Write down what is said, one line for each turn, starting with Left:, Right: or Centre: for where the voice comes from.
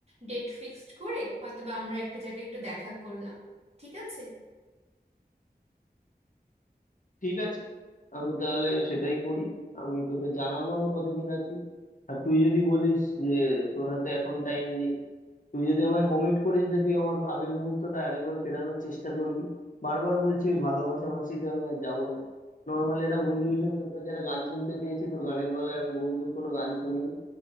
Right: ডেট ফিক্সড করে হয়তো বা আমরা একটা জায়গায় একটু দেখা করলাম ঠিক আছে
Left: ঠিক আছে আমি তাহলে সেটাই করি আমি তোকে জানাবো আমি কতদিন আছি আর তুই যদি বলিস যে তোর হাতে এখন টাইম নেই তুই যদি আমায় কমিট করিস যে তুই আমার আগের মুহূর্তটা আরেকবার ফেরানোর চেষ্টা করবি বারবার বলছি ওই ভালোবাসাবাসিতে আমি আর যাবো না নর্মালি একটা বন্ধু হিসেবে তোর কাছে একটা গান শুনতে চেয়েছি তোর গানের গলায় আমি বহুদিন কোনো গান শুনিনি